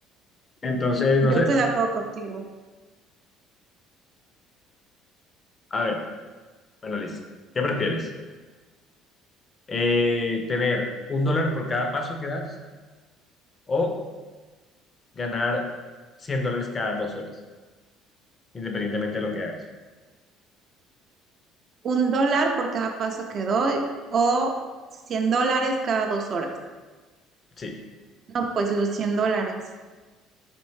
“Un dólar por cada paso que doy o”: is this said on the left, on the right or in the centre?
Right